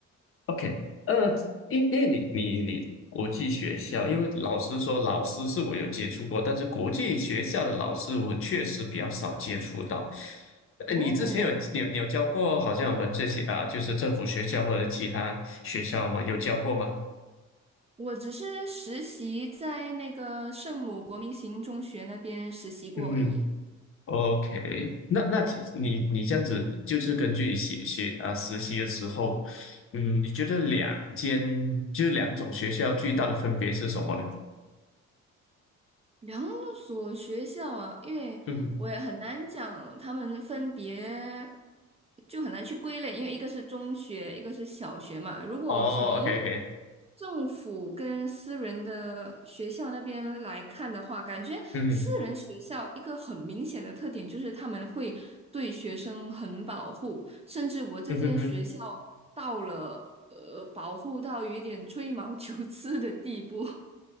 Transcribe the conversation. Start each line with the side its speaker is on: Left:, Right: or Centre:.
Left: OK，呃，因因为你你你国际学校，因为老实说，老师是我有接触过，但是国际学校的老师我确实比较少接触到。呃，
Right: 哦，
Left: 你之前有你有你有教过，好像我们这些啊，就是政府学校或者其他学校吗？有教过吗？
Right: 我只是实习在那个圣母国民型中学那边实习过而已。
Left: 嗯，OK，那那其你你这样子，就是根据你写写啊实习的时候，嗯，你觉得两间就是两种学校最大的分别是什么呢？
Right: 两所学校啊，因为我也很难讲他们分别，
Left: 嗯，
Right: 就很难去归类，因为一个是中学，一个是小学嘛。如果从
Left: 哦，OK OK。
Right: 政府跟私人的学校那边来看的话，感觉私人学校一个很明显的特点就是他们会对学生很保护，
Left: 嗯。
Right: 甚至我这间学校
Left: 嗯哼哼
Right: 到了呃保护到有一点吹毛 <laughs> 求疵的地步。